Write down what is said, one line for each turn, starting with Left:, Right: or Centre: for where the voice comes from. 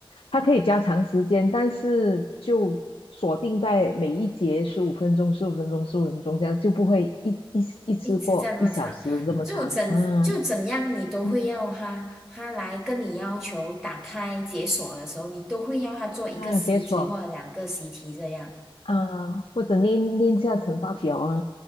Left: 他可以加长时间，但是就锁定在每一节十五分钟、十五分钟、十五分钟这样，就不会一一一次过一小时这么长啊。
Centre: 一直在那么长，就怎就怎样你都会要他，
Left: 嗯
Centre: 他来跟你要求打开解锁的时候，你都会要他做一个习题或者两个习题这样
Left: 啊，解锁啊、或者练练下乘法表啊，